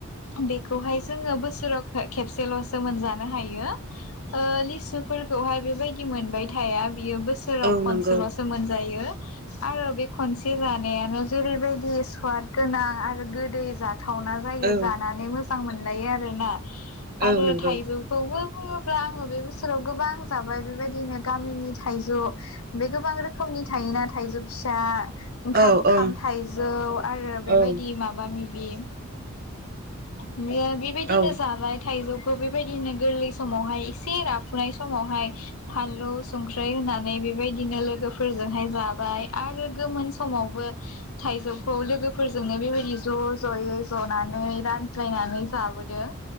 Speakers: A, on the left; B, on the right.
A: बे खौहाय जोंङो बोसोराव खेबसेल'सो मोनजानो हायो ओ लिसुफोरखौहाय बेबायदि मोनबाय थाया। बियो बोसोराव
B: औ
A: खनसेल'सो
B: नंगौ
A: मोनजायो। आरो बे खनसे जानायानो जेरैबायदि स्वाद गोनां आरो गोदै जा थावना जायो
B: औ
A: जानानै मो मोजां मोनलायो आरो ना। आरो
B: औ नंगौ
A: थाइजौखौबो बुंङोब्ला आंङो बे बोसोराव गोबां जाबाय बेबायदिनो गामिनि थाइजौ बे गोबां रोखोमनि थायोना थाइजौ फिसा ओंखाम-खाम
B: औ औ
A: थाइजौ आरो बेबायदि
B: औ
A: माबा बे बि बेबायदिनो
B: औ
A: जाबाय थाइजौ बेबायदिनो गोरलै समावहाय एसे राफुनाय समावहाय फानलु संख्रि होनानै बेबायदिनो लोगोफोरजोंहाय जाबाय आरो गोमोन समावबो थाइजौखौ लोगोफोरजोंनो बेबायदि ज' ज'यै जनानै रान ज्लायनानै जाबोदों